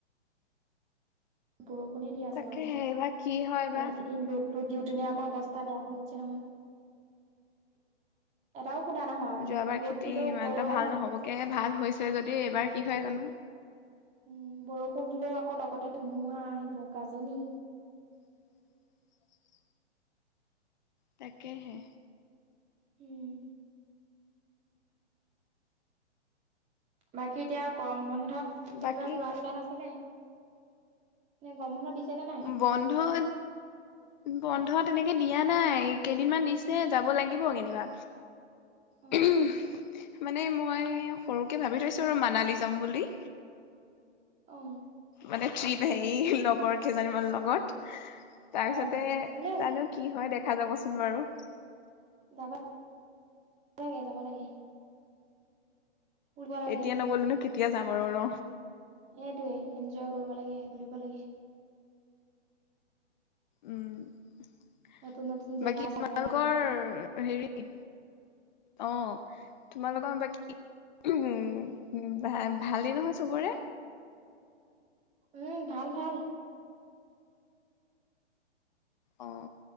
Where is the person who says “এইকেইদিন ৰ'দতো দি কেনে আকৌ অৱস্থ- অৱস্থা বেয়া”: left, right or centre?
Right